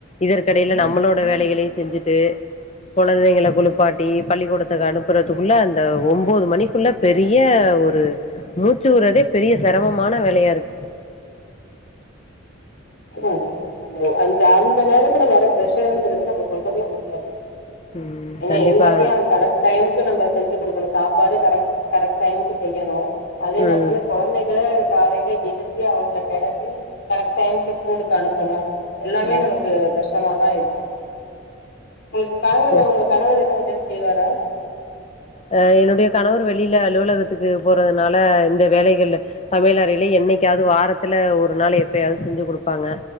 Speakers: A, on the left (about 35°); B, on the left (about 60°).
A: இதற்கெடையில நம்மளோட வேலைகளையு செஞ்சிட்டு கொழந்தைங்கள குளிப்பாட்டி பள்ளிக்கூடத்துக்கு அனுப்புறதுக்குள்ள அந் த ஒம்போது மணிக்குள்ள பெரிய ஒரு மூச்சு வுட்றதே பெரிய செரமமான வேலையா இருக்கு
B: ஆனா அது அந்த அந்த அந்த நேரத்துல வர்ற ப்ரஷர்ங்கிறத நம்ம சொல்லவே முடியாது
A: ம்
B: ஏன்னா
A: கண்டிப்பா
B: எல்லாத்தையு கரெக்ட் டைமுக்கு நம்ம செஞ்சி குடுக்கணு சாப்பாடு கரங் கரெக்ட் டைமுக்கு செய்யணு அதே
A: ம்
B: நேரத்துல கொழந்தைகள காலைல எழுப்பி அவங்கள கெளப்பி கரெக் டைம் க்கு அனுப்பணு எல்லாமே
A: ம்
B: நமக்கு கஷ்டமாதா இருக்கு உங்களுக்கு கணவரு
A: இல்ல
B: உங்க கணவர் எதுவு உதவி செய்வாரா
A: ஆ என்னுடைய கணவர் வெளில அலுவலகத்துக்கு போறதுனால இந்த வேலைகள்ல சமயலறையில என்னைக்காது வாரத்துல ஒரு நாள் எப்பயாது செஞ்சி குடுப்பாங்க